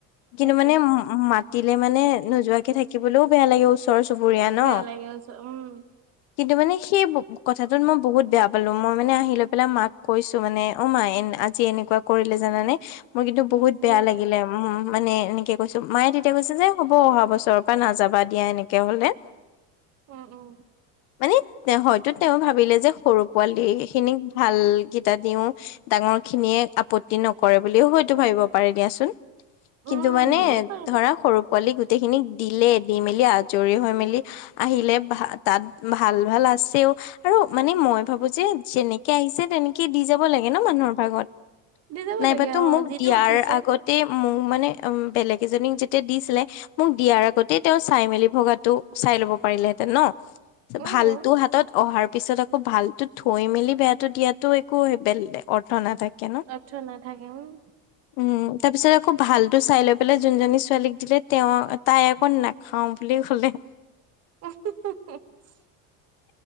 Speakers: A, on the left (about 65°); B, on the right (about 40°).
A: কিন্তু
B: সেইটোৱে
A: মানে উ মাতিলে মানে নোযোৱাকে থাকিবল ও বেয়া লাগে ওচৰত। ওচৰ চুবুৰীয়া ন।
B: বেয়া লাগে উম,
A: কিন্তু মানে সেই কথাটোত মই বহুত বেয়া পালো মই মানে আহি লৈ পেলাই মাক কৈছো মানে অ মাই এ আজি এনেকুৱা কৰিলে জানানে মোৰ কিন্তু বহুত
B: উম,
A: বেয়া লাগিলে ওহো ওহো। মানে এনেকে কৈছো, মায়ে তেতিয়াই কৈছে যে হ'ব অহা বছৰৰ পৰা নাযাবা দিয়া এনেকে ক'লে।
B: উম উম
A: মানে তে হয়তো তেওঁ ভাবিলে যে সৰু পোৱালিখিনিক ভালকেইটা দিও ডাঙৰখিনিয়ে আপত্তি নকৰে বুলিও হয়তো ভাবিব পাৰে দিয়াচোন।
B: উম
A: কিন্তু মানে
B: হ'বও পাৰে বাৰু
A: ধৰা সৰু পোৱালি গোটেইখিনিক দিলে, দি মেলি আজৰি হৈ মেলি আহিলে ভা তাত ভাল ভাল আছেও। আৰু মানে মই ভাবো যে যেনেকে আহিছে তেনেকে দি যাব লাগে ন মানুহৰ ভাগত।
B: দি যাব
A: নাইবাতো
B: লাগে অ',
A: মোক
B: যিটো
A: দিয়াৰ
B: উঠিছে
A: আগতে মোক মানে উ বেলেগ এজনীক যেতিয়া দিছিলে মোক দিয়াৰ আগতেই তেওঁ চাই মেলি ভগাটো চাই লব পাৰিলেহেঁতেন ন!
B: উম,
A: ভালটো হাতত অহাৰ পিছত আকৌ ভালটো থৈ মেলি বেয়াটো দিয়াতো একো অৰ্থ নাথাকে। ন
B: অৰ্থ নাথাকে, উম।
A: উম তাৰ পিছত আকৌ ভালটো চাই লৈ পেলাই যোনজনী ছোৱালীক দিলে তেওঁ তাই আকৌ নাখাওঁ বুলি ক'লে
B: <unintelligible>